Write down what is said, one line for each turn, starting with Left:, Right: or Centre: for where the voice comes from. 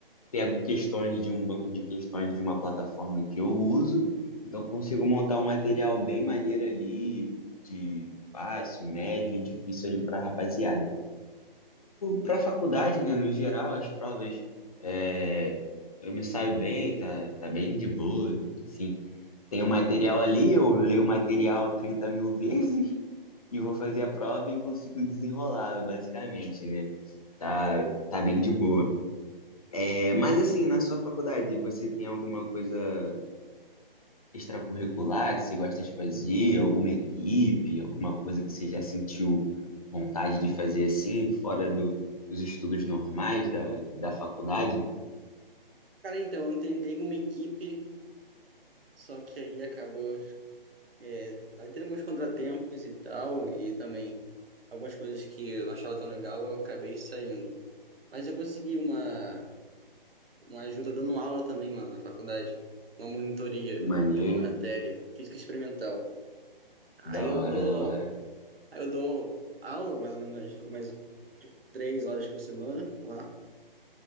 Left: pego questões de um banco de questões de uma plataforma que eu uso, então consigo montar um material bem maneiro ali, de fácil, médio e difícil ali para a rapaziada. Para a faculdade, né, no geral, as provas é, eu me saio bem, tá, tá bem de boa, assim. Tem o material ali, eu leio o material trinta mil <laughs> vezes e vou fazer a prova e consigo desenrolar, basicamente, né? Tá, tá bem de boa. É, mas assim, na sua faculdade, você tem alguma coisa extracurricular que você gosta de fazer? Alguma equipe? Alguma coisa que você já sentiu vontade de fazer assim, fora do, dos estudos normais da, da faculdade?
Right: Cara, então, eu tentei uma equipe, só que aí acabou É, aí tem alguns contratempos e tal, e também algumas coisas que eu não achava tão legal, eu acabei saindo. Mas eu consegui uma, uma ajuda dando aula também lá na faculdade, uma monitoria
Left: Maneiro,
Right: de uma matéria, física experimental. Aí
Left: da
Right: eu
Left: hora,
Right: tô,
Left: da hora.
Right: aí eu dou aula mais ou menos algumas tipo, três horas por semana lá.